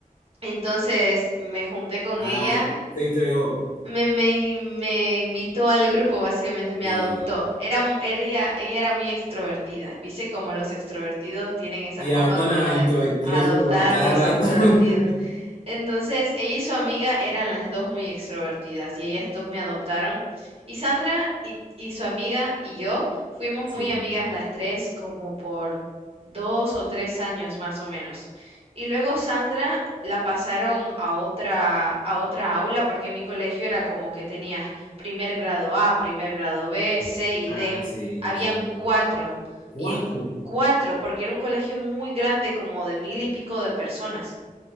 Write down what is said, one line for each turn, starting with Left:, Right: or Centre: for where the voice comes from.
Right: Entonces me junté con
Left: Ah,
Right: ella,
Left: se entregó.
Right: me, me, me invitó al grupo, básicamente me
Left: Sí.
Right: adoptó. Era, mu- era ella, ella era muy extrovertida. Viste como los extrovertidos tienen esa
Left: Y
Right: fama
Left: adoptan
Right: como
Left: a
Right: de
Left: introvertidos
Right: adoptar
Left: como a
Right: a
Left: cada
Right: los
Left: rato.
Right: introvertidos.
Left: <laughs>
Right: Entonces, ella y su amiga eran las dos muy extrovertidas y ellas dos me adoptaron. Y Sandra y, y su amiga y yo fuimos
Left: Sí.
Right: muy amigas las tres como por dos o tres años más o menos. Y luego Sandra la pasaron a otra, a otra aula porque en mi colegio era como que tenías primer grado A, primer grado B, C y
Left: Ah,
Right: D.
Left: sí,
Right: Habían
Left: sí.
Right: cuatro.
Left: Cuatro.
Right: Y en cuatro, porque era un colegio muy grande, como de mil y pico de personas